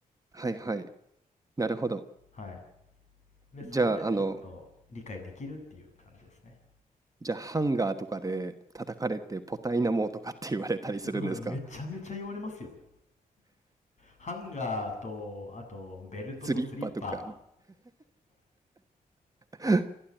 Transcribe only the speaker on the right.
はいはい。なるほど。
じゃあ、あの、じゃあハンガーとかで叩かれてポタイナモとかって言われたりするんですか
スリッパとか <laughs>